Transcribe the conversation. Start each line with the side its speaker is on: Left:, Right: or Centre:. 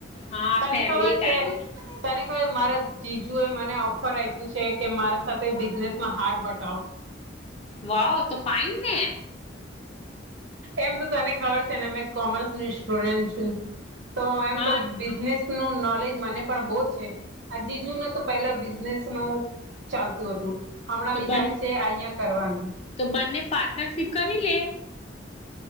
Left: હા
Right: તને
Left: ફેમિલી
Right: ખબર
Left: ટાઈમ
Right: છે તને કહેય મારા જીજુ એ મને ઓફર આપ્યું છે કે મારા સાથે બિઝનેસમાં હાર્ડ બતાવો
Left: વાહ તો ફાઇનને
Right: એમ તો તને ખબર છે ને મે કોમર્સ નું સ્ટુડન્ટ છું તો એમ
Left: હા
Right: તો બિઝનેસ નું નોલેજ મને પણ બહુ છે આજજુને તો પેલા બિઝનેસ નું ચાલતું હતું હમણાં
Left: તો
Right: વિચારે
Left: બન
Right: છે અહં કરવાનું
Left: તો બંને પાર્ટનરશીપ કરી લે